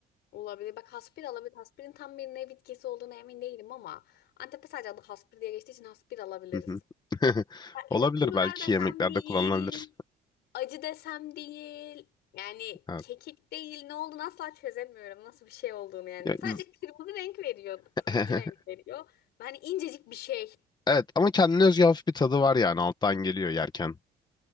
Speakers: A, on the left; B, on the left.
A: Olabilir. Bak haspir alabilir. Haspirin tam bir ne bitkisi olduğuna emin değilim ama Antep'te sadece adı haspir diye geçtiği için haspir alabiliriz.
B: Hı hı. <laughs>
A: Farklı
B: Olabilir
A: da pul
B: belki
A: biber desem
B: yemeklerde
A: değil.
B: kullanılabilir.
A: acı desem değil. Yani
B: Evet.
A: kekik değil ne olduğunu asla çözemiyorum. Nasıl bir şey olduğunu yani.
B: Ya,
A: Sadece
B: güz-
A: kırmızı renk veriyor.
B: <laughs>
A: Turuncu renk veriyor. Hani incecik bir şey
B: Evet ama kendine özgü hafif bir tadı var yani alttan geliyor yerken.